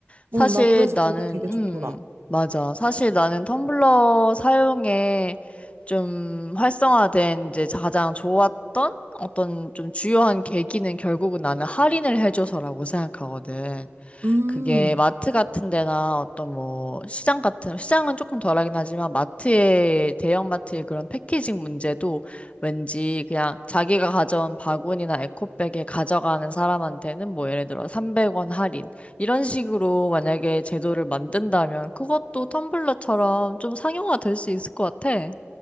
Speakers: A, on the left; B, on the right.
A: 사실
B: 어, 난 그래서
A: 나는,
B: 그게 되게
A: 음,
B: 좋더라.
A: 맞아. 사실 나는 텀블러 사용에 좀 활성화된 이제 가장 좋았던 어떤 좀 주요한 계기는 결국은 나는 할인을 해줘서라고 생각하거든.
B: 음,
A: 그게 마트 같은 데나 어떤 뭐 시장 같은 시장은 조금 덜하긴 하지만 마트의 대형 마트의 그런 패키징 문제도 왠지 그냥 자기가 가져온 바구니나 에코백에 가져가는 사람한테는 뭐 예를 들어 300원 할인 이런 식으로 만약에 제도를 만든다면 그것도 텀블러처럼 좀 상용화 될 수 있을 것 같아.